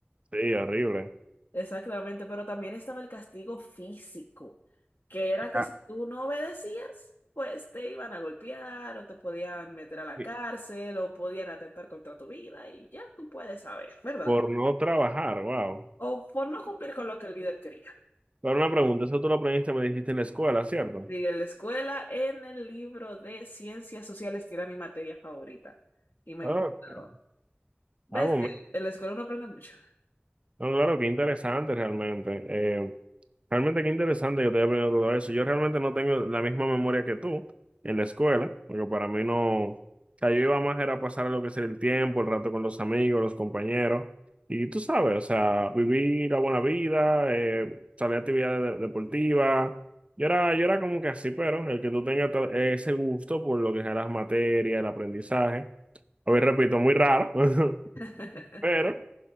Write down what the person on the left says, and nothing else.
Exactamente, pero también estaba el castigo físico, que era que
si tú no obedecías, pues te iban a golpear o te podían meter a la
cárcel o podían atentar contra tu vida y ya tú puedes saber, ¿verdad?
O por no cumplir con lo que el líder quería.
Y en la escuela, en el libro de ciencias sociales, que era mi materia favorita y me
encantaba. ¿Ves
que en la escuela uno aprende mucho?
<laughs>